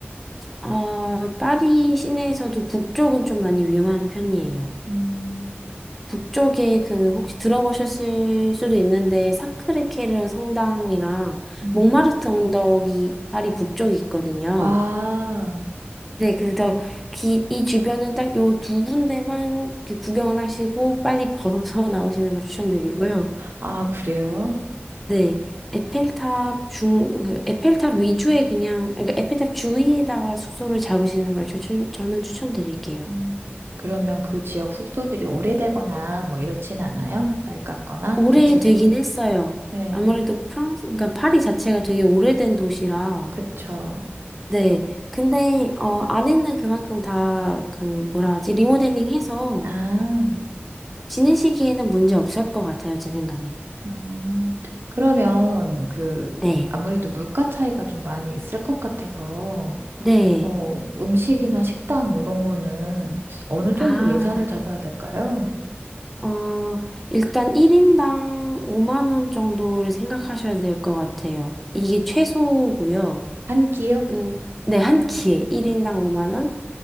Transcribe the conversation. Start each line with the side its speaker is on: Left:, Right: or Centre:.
Centre: 어, 파리 시내에서도 북쪽은 좀 많이 위험한 편이에요.
Right: 음.
Centre: 북쪽에 그 혹시 들어보셨을 수도 있는데 사크르케르 성당이랑
Right: 음.
Centre: 몽마르트 언덕이 파리 북쪽에 있거든요.
Right: 아,
Centre: 네, 그래서 기, 이 주변은 딱 요 두 군데만 이렇게 구경을 하시고 빨리 <laughs> 벗어나오시는 걸 추천드리고요.
Right: 아, 그래요?
Centre: 네, 에펠탑 중, 그 에펠탑 위주에 그냥, 그러니까 에펠탑 주위에다가 숙소를 잡으시는 걸 추천, 저는 추천드릴게요.
Right: 음. 그러면 그 지역 숙소들이 오래되거나 뭐 이렇지는 않아요? 낡았거나
Centre: 오래되긴
Right: 대체적으로.
Centre: 했어요.
Right: 네,
Centre: 아무래도 프랑스, 그러니까 파리 자체가 되게 오래된 도시라
Right: 그쵸.
Centre: 네. 근데, 어, 안에는 그만큼 다, 그, 뭐라 하지, 리모델링 해서
Right: 아,
Centre: 지내시기에는 문제 없을 것 같아요, 제 생각엔.
Right: 음. 그러면 그
Centre: 네.
Right: 아무래도 물가 차이가 좀 많이 있을 것 같아서
Centre: 네.
Right: 어, 음식이나 식당 이런 거는 어느
Centre: 아,
Right: 정도 예산을 잡아야 될까요?
Centre: 어, 일단 1인당 5만 원 정도를 생각하셔야 될 것 같아요. 이게 최소고요.
Right: 한 끼요?
Centre: 음, 네, 한 끼에 1인당 5만 원?